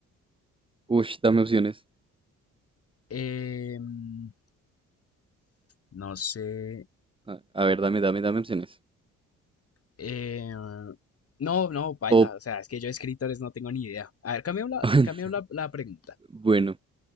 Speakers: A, on the right; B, on the left.
A: Uy, dame opciones.
B: Em, no sé,
A: A, a ver, dame, dame, dame opciones.
B: Eh, no, no, baila.
A: O,
B: O sea, es que yo de escritores no tengo ni idea. A ver, cambiamos la,
A: <laughs>
B: cambiemos la, la pregunta.
A: bueno,